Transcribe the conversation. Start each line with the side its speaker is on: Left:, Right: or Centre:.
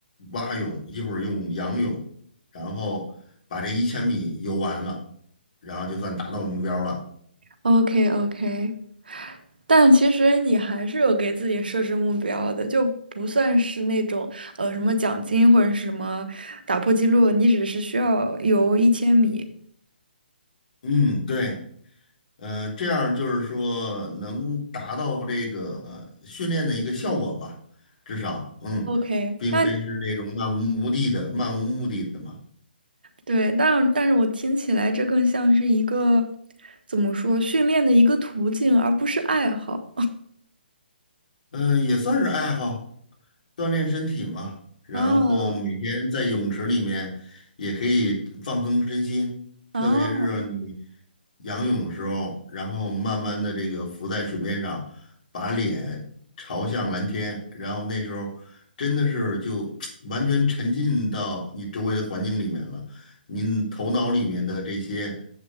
Left: 蛙泳，一会儿用仰泳。然后把这一千米游完了，然后就算达到目标了。
Right: ，OK OK，但其实你还是有给自己设置目标的，就不算是那种呃什么奖金或者是什么打破记录，你只是需要游一千米。
Left: 嗯，对，嗯、这样就是说能达到这个呃训练的一个效果吧，至少，嗯，
Right: OK，
Left: 并非是那种漫无目的的、
Right: 那
Left: 漫无目的的嘛。
Right: 对，但但是我听起来这更像是一个怎么说训练的一个途径，而不是爱好。
Left: 嗯，也算是爱好，锻炼身体嘛。然后每天在泳池里面也可以放松身心，
Right: 啊
Left: 特别是你
Right: 啊，
Left: 仰泳的时候，然后慢慢的这个浮在水面上，把脸朝向蓝天，然后那时候真的是就 <tsk> 完全沉浸到你周围的环境里面了，你头脑里面的这些